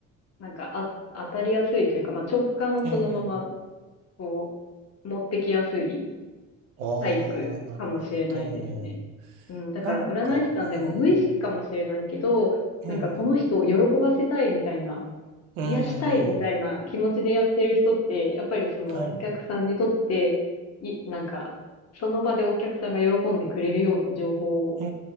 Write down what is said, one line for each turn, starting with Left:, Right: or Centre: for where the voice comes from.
Left: なんかあ、当たりやすいというか、まあ直感をそのまま、
Right: あ、ええ、
Left: こう、持ってきやすい
Right: ああ、
Left: タイプかもしれないですね。
Right: なるほど。
Left: うん、だから占い師さんでも無意識かもしれないけど、
Right: なんか、うん、ええ、
Left: なんかこの人を喜ばせたいみたいな
Right: うんうんうん。
Left: 癒したいみたいな気持ちでやってる人って、やっぱりそのお客さんにとって、
Right: はい。
Left: い、なんか、その場でお客さんが喜んでくれるような情報
Right: え